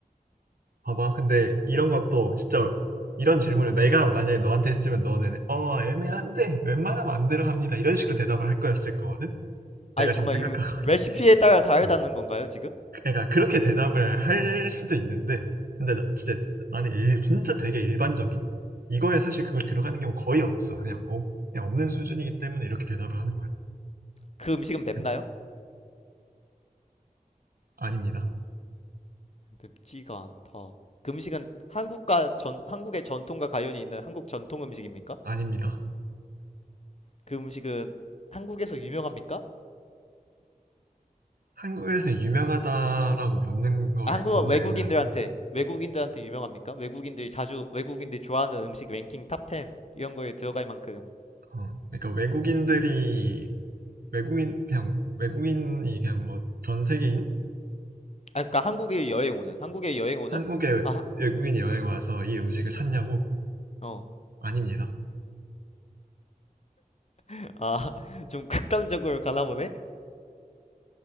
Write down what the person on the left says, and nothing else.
아니
정말
이 레시피에
따라 다르다는
건가요, 지금?
그 음식은 맵나요?
맵지가 않다. 그 음식은 한국과 전 한국의 전통과 관련이 있는 한국 전통 음식입니까?
그 음식은 한국에서 유명합니까?
아, 한국
외국인들한테
외국인들한테 유명합니까? 외국인들이 자주 외국인들이 좋아하는 음식 랭킹 탑 10 이런 거에 들어갈 만큼.
음. 아 그러니까 한국에 여행 오는 한국에 여행 오는
아
어
아, <laughs> 좀 극단적으로 가나 보네?